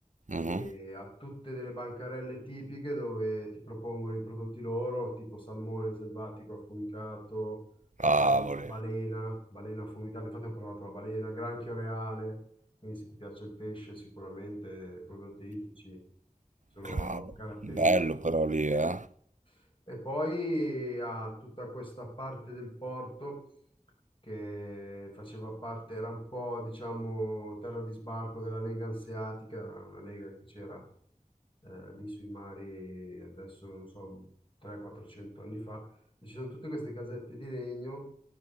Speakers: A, on the left; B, on the right.
A: E
B: Mh-mh.
A: ha tutte delle bancarelle tipiche dove ti propongono i prodotti loro, tipo salmone selvatico affumicato,
B: Cavoli,
A: la ba- balena, balena affumicata, infatti ho provato la balena, granchio reale, quindi se ti piace il pesce sicuramente i prodotti ittici sono
B: cavoli.
A: caratteristici.
B: Bello però lì,
A: buonissimi.
B: eh.
A: E poi ha tutta questa parte del porto che faceva parte, era un po', diciamo, terra di sbarco della Lega Anseatica, era una lega che c'era eh, lì sui mari, adesso non so, 300-400 anni fa. E ci sono tutte queste casette di legno